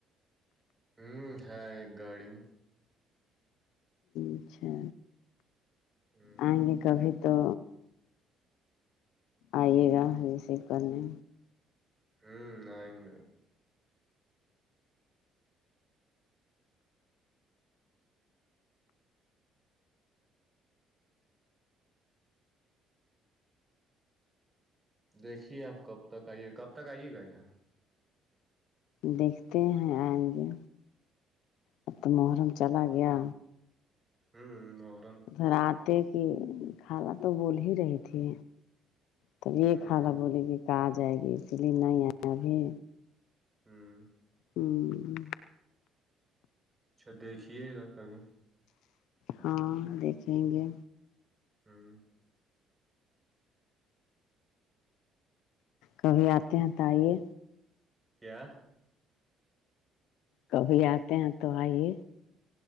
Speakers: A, on the right; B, on the left.
A: ہمم ہے ایک گاڑی
B: اچھا
A: ہوں
B: آئیں گے کبھی تو آئیے گا ریسیو کرنے
A: ہمم آیںگے دیکھیے آپ کب تک آئیے کب تک آئیے گا یہاں
B: دیکھتے ہیں آئیں گے اب تو محرم چلا گیا
A: ہمم ہمم
B: ادھر آتے کہ خالا تو بول ہی رہی تھی تبھی یہ
A: ہوں
B: خالہ بولی کہ آ جائے گی اسی لیے نہیں آئے ابھی
A: ہمم
B: ہمم
A: اچھا دیکھیے گا کبہیں
B: ہاں دیکھیں گے
A: ہمم
B: کبھی آتے ہیں تو آئیے
A: کیا
B: کبھی آتے ہیں تو آئیے